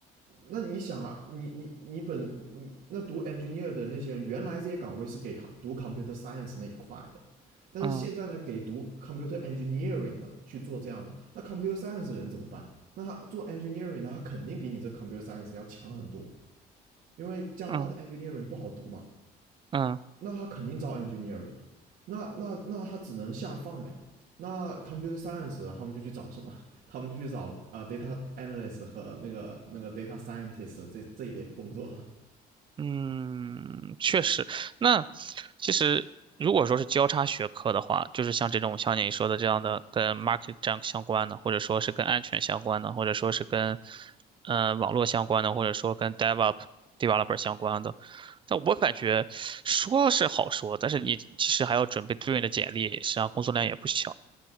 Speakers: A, on the right; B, on the right.
A: 那你想啊，你你你本嗯那读 engineer 的那些人，原来这些岗位是给 com- 读 computer science 那一块的，但是现在呢，
B: 嗯嗯
A: 给读 computer engineering 的去做这样的，那 computer science 的人怎么办？那他做 engineering 的，他肯定比你这 computer science 要强很多，因为加拿大的
B: 嗯
A: engineering 不好读嘛。
B: 嗯
A: 那他肯定招 engineering 了，那那那他只能下放了呀。那 computer science 他们就去找什么？他们就去找啊、呃 data analyst 和那个那个 data scientist 这这一类的工作了。
B: 嗯，确实。那其实如果说是交叉学科的话，就是像这种像你说的这样的跟 market 这样相关的，或者说是跟安全相关的，或者说是跟呃网络相关的，或者说跟 develop developer 相关的，但我感觉说是好说，但是你其实还要准备对应的简历，实际上工作量也不小。